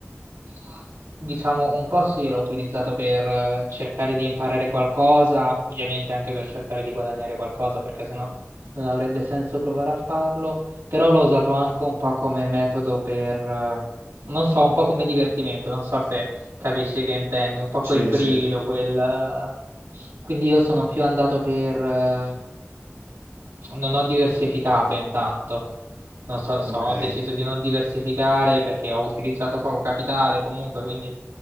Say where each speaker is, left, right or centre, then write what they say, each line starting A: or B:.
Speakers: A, on the right; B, on the right.
A: eh, diciamo, un po' sì, l'ho utilizzato per eh, cercare di imparare qualcosa, ovviamente anche per cercare di guadagnare qualcosa, perché sennò non avrebbe senso provare a farlo, però l'ho usato anche un po' come metodo per, eh, non so, un po' come divertimento, non so se capisci che intendi, un po'
B: Sì,
A: quel brivido,
B: sì,
A: quel... eh, Quindi io sono più andato per... eh, non ho diversificato intanto. Non so, so-
B: ok.
A: ho deciso di non diversificare perché ho utilizzato poco capitale comunque, quindi